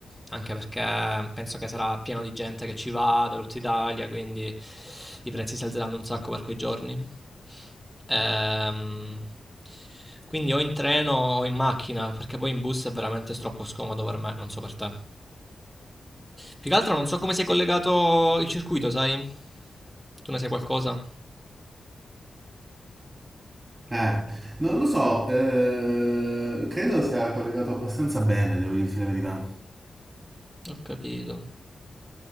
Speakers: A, in the centre; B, on the right.
A: anche perché penso che sarà pieno di gente che ci va da tutta Italia, quindi i prezzi si alzeranno un sacco per quei giorni. Ehm, quindi o in treno o in macchina, perché poi in bus è veramente troppo scomodo per me, non so per te. Più che altro non so come si è collegato il circuito, sai? Tu ne sai qualcosa?
B: Eh, non lo so, eh, credo sia collegato abbastanza bene, devo dirti la verità.
A: Ho capito.